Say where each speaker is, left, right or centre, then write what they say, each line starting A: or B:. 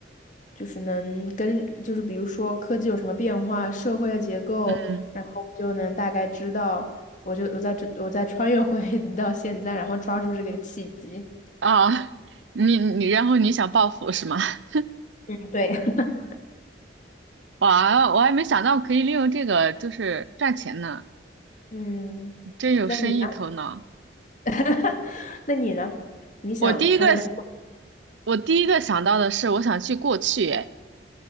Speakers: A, on the left (about 45°); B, on the right (about 80°).
A: 就是能跟，就是比如说科技有什么变化，社会的结构，
B: 嗯
A: 然后我就能大概知道。我就我在这，我在穿越回 <laughs> 到现在，然后抓住这个契机。
B: 啊，<laughs> 你你然后你想报复是吗？<laughs>
A: 嗯，对，<laughs>
B: 哇，我还没想到可以利用这个就是赚钱呢，
A: 嗯，
B: 真有生意头脑。
A: 那你呢？<laughs> 哈哈，那你呢？你想穿越到，
B: 我第一个，我第一个想到的是我想去过去，哎